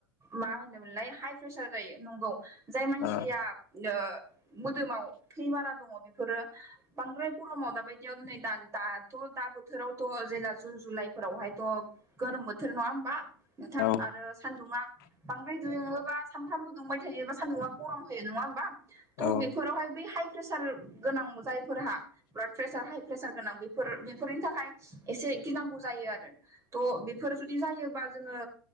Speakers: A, on the right; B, on the left.
A: मा होनोमोनलाय हाइ प्रेसार जायो नंगौ। जाय मानसिया
B: औ
A: ओ मोदोमाव थै बारा दङ बेब फोरो बांद्राय गरमाव दाबायदियाव नै दा दाथ' दा बोथोरावथ' जेला जुन जुलाइ फोराव हायथ' गोरोम बोथोर नङा होमबा नोंथां
B: औ
A: आरो सान्दुङा बांद्राय दुुङोबा सानफ्रामबो दुंबाय थायोबा सान्दुङा गरम होयो नङा होमबा थ'
B: औ
A: बेब फोरावहाय बै हाइ प्रेसार गोनां जायफोरहा ब्लाद प्रेसार हाइ प्रेसार गोनां बेफोर बेफोरनि थाखाय एसे गिनांगौ जायो आरो। थ' बेफोर जुदि जायोबा जोङो